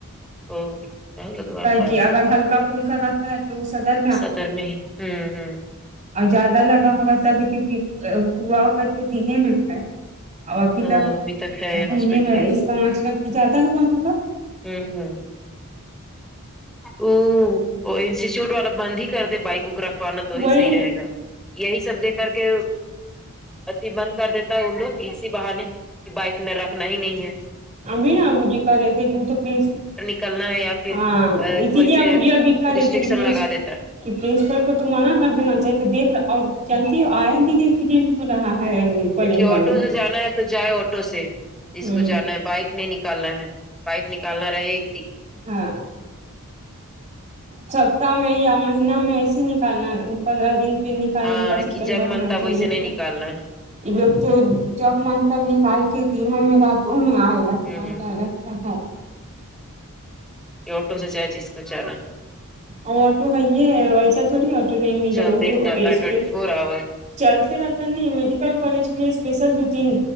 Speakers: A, in the centre; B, on the right (about 35°).
A: تو راہل اگروال
B: ہےکی
A: پاس
B: اگر ہلکا پھولکا رہتا ہے تو سدر
A: صدر میں ہی ہمم ہمم
B: اور زیادہ لگا ہوگا تب کیونکہ ہوا کر تو دن میں ہے اور ابھی
A: ا
B: تک
A: ابھی ہے
B: یہ
A: ہاسپٹل
B: ہے اس کا مطلب کہ زیادہ ہوا ہوگا
A: ہمم ہمم ا وہ انسٹیٹیوٹ والا بند ہی کر دے بائک کوکرا خوانا توہی
B: وہی
A: صحیح رہے گا یہی سب دیکھ کر کے ات بند کر دیتا ہے ان لوگ اسی بہانے کہ بائک میں رکھنا ہی نہیں ہے
B: ابھی ن ابو جی کر رہے تھے کہ تو پلیز
A: کرنا ہے یا پھر
B: ہاں اسی
A: ویسے
B: لیے ابو جی کہہ رہے
A: ریسٹرکشن
B: تھے کہ پلیز
A: لگا دیتا
B: کہ پرنسپل کو تو منع کر دینا چاہی تو دیک رہا اور جلتی آیا دن ایکسیڈینٹ ہو رہا ہے کالج
A: کہ
B: والے
A: آٹو سے جانا ہے تو جائے آٹو سے جس
B: ہوں
A: کو جانا ہے بائک نہیں نکالنا ہے بائک نکالنا رہے ایک دن
B: ہاں سپتہ میں یا مہینہ میں ایسے نکالنا پندرہ دن پہ نکالنے
A: ہاں
B: کا سسٹم
A: کہ جب
B: رہنا
A: من تب
B: چاہیے
A: ویسے نہیں
B: تھا
A: نکالنا ہے
B: وہ تو جب من کرتا ہے نکال کےدنوں میں راتوں میں ائے لگتا
A: ہوں
B: ہے کیا لگتا ہے
A: یہ آٹو سےجائے جس کو جانا
B: اور آٹو ہے یہ ایسا تھوڑی آٹو نہیں ملے
A: چلتے
B: گا وہ تو
A: رہتا
B: اس
A: ہے ٹوینٹی
B: پے
A: فور اوور
B: چلتے رہتا نہیں میڈ ل کالج کے لیے اسپیشل دو تین